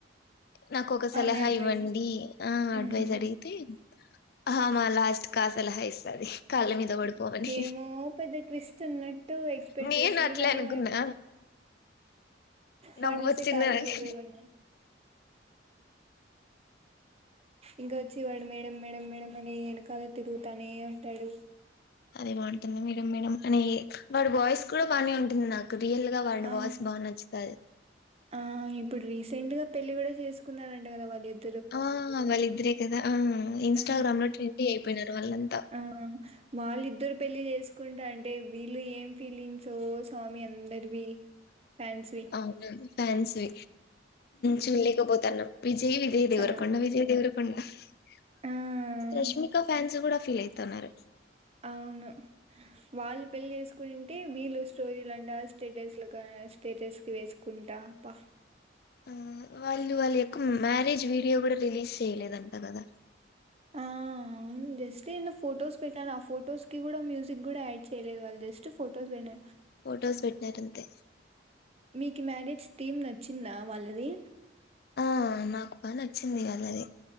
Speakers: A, on the left; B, on the right.
A: నాకు ఒక సలహా
B: ఆమె అడ్వైస్.
A: ఇవ్వండి ఆ
B: హ్మ్.
A: అడ్వైజ్ అడిగితే అమె లాస్ట్ కా సలహా ఇస్తంది కాళ్ళ మీద పడిపోమని
B: ఏమో పెద్ద ట్విస్ట్ ఉన్నట్టు ఎక్స్పెక్ట్
A: నేను
B: చేసింది
A: నా ను అట్లే
B: కానీ
A: అనుకున్నా
B: వాడు
A: నవ్వొచ్చింది
B: వాడు చూస్తే కాళ్ళ
A: నాక్
B: దగ్గర పోయి పడినాడు ఇంకా వచ్చివాడు మేడం మేడం మేడం అని వెనకాలే తిరుగుతానే ఉంటాడు
A: అదేదో బాగుంటుంది మేడం మేడం అనే వాడు వాయిస్ కూడా బాగానే ఉంటుంది నాకు రియల్ గా వాడి
B: ఆ
A: వాయిస్ బాగా నచ్చుతది
B: ఆ ఇప్పుడు రీసెంట్ గా పెళ్లి కూడా చేసుకున్నారంట కదా ఇద్ద
A: ఆ వాళ్ళిద్దరే కదా ఆ ఇన్స్టాగ్రామ్
B: ఆ
A: లో ట్రెండీ అయిపోయినారు వాళ్ళంతా
B: ఆ వాళ్ళు ఇద్దరు పెళ్ళి చేసుకుంటా అంటే వీళ్ళు ఏం ఫీలింగ్స్ స్వామి అందరివి ఫ్యాన్స్ వి
A: అవును ఫ్యాన్స్ వి చుల్లేకపోతాన్నా విజయ్ విజయ్ దేవరకొండ
B: చా
A: విజయ్ దేవరకొండ చూడలేకపోతున్నా
B: ఆ
A: రష్మికా ఫ్యాన్స్ గూడా ఫీల్ అయితన్నారు
B: అవును వాళ్ళు పెళ్ళి చేసుకునింటే వీళ్ళు స్టోరీలంట స్టేటస్లు కా అ స్టేటస్ కి వేసుకుంటా ప్ప
A: ఆ వాళ్ళు వాళ్ళు యెక్కు మ్యారేజ్ వీడియో గూడా రిలీజ్ చేయలేదంట గదా.
B: ఆ అవును జస్ట్ ఏన్నో ఫొటోస్ పెట్నార్, ఆ ఫోటోస్ కి గూడా, మ్యూజిక్ గూడా యాడ్ చేయలేదు వాళ్, జస్ట్ ఫొటోస్ వెన్న.
A: ఫొటోస్ పెట్నారు అంతే
B: కి మ్యారేజ్ టీం నచ్చిందా వాళ్ళది
A: ఆ నాకు బా నచ్చింది ఆళ్లది